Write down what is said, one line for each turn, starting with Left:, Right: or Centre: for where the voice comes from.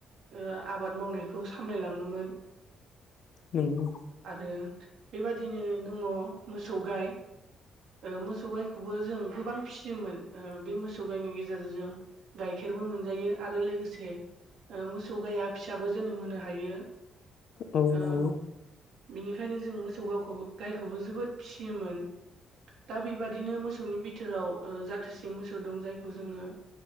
Right: ओ आबाद मावनायखौ सामलायलाङोमोन।
Left: नंगौ।
Right: आरो बेबादिनो दङ मोसौ गाय मोसौ गायखौबो जों गोबां फिसियोमोन बे मोसौ गाइनि गेजेरजों गाइखेरबो मोनजायो आरो लोगोसे मोसौ गाया फिसाबो जोनोम होनो हायो।
Left: औ नंगौ
Right: ओ बिनिखायनो जों मोसौ गावखौबो गायखौबो जोबोद फिसियोमोन। दा बेबादि बिदिनो मोसौनि बिथोराव जाथोसे मोसौ दं जायखौ जोङो